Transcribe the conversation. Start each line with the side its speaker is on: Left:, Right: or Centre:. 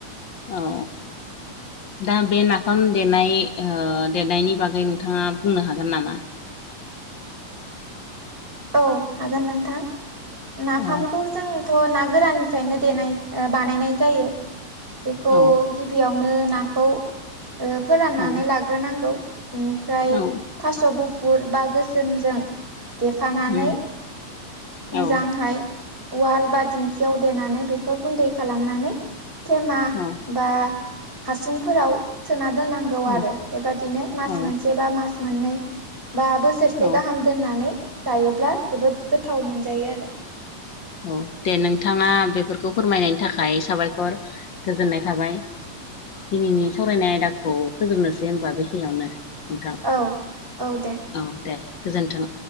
Left: औ। दा बे नाफाम देनाय ओ देनायनि बागै नोंथाङा बुंनो हागोन नामा?
Right: औ हागोन नोंथां नाफामखौ
Left: औ
Right: जोंथ' ना गोराननिफ्रायनो देनाय बानायनाय जायो बेखौ
Left: औ
Right: गि बियावनो नाखौ फोराननानै
Left: औ
Right: लाग्रोनांगौ बिनिफ्राय
Left: औ
Right: थास' गुफुर बा गोसोमजों देफानानै
Left: उम
Right: मोजांहाय
Left: औ
Right: वाल बा दिंखियाव देनानै बेखौ गुन्दै खालामनानै थेमा
Left: औ
Right: बा हासुंफोराव सोना दोननां गौ
Left: औ
Right: आरो बेबादिनो मास
Left: औ
Right: मोनसे बा मास मोननै बा बोसोरसे
Left: औ
Right: गाहाम दोननानै जायोब्ला जोबोद गोथाव मोनजायो आरो।
Left: औ दे नोंथाङा बेफोरखौ फोरमायनायनि थाखाय साबायखर गोजोननाय थाबाय। दिनैनि सावरायनाय आयदाखौ फोजोबनोसै होमबा बेखिनियावनो नोंथां।
Right: औ औ दे।
Left: औ दे गोजोन्थों।